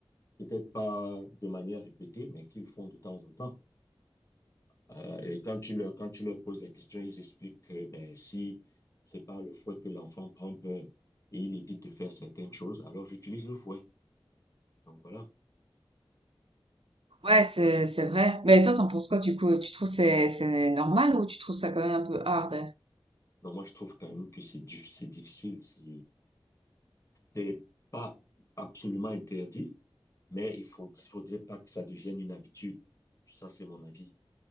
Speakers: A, on the left; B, on the right.
A: peut-être pas de manière répétée, mais qu'ils font de temps en temps. Euh, et quand tu leur, quand tu leur poses la question, ils expliquent que ben, si c'est par le fouet que l'enfant prend peur et il évite de faire certaines choses, alors j'utilise le fouet. Donc voilà.
B: Ouais, c'est c'est vrai. Mais toi, t'en penses quoi du coup? Tu trouves c'est c'est normal ou tu trouves ça quand même un peu hard?
A: Donc moi, je trouve quand même que c'est dif- c'est difficile. C'est c'est pas absolument interdit, mais il faut, il faudrait pas que ça devienne une habitude. Ça, c'est mon avis.